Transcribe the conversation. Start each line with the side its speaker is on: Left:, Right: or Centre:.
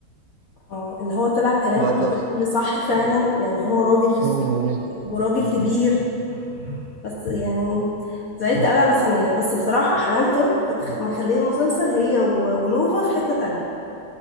Left: اه اللي هو طلع كلام
Right: ما قدرت
Left: أبوها اللي صح فعلا لان هو راجل في السوق
Right: مم.
Left: وراجل كبير بس يعني زعلت قوي على ثانية بس بصراحة حنان ترك كانت خ- مخليه المسلسل هي و- ونوفا في حتة تانية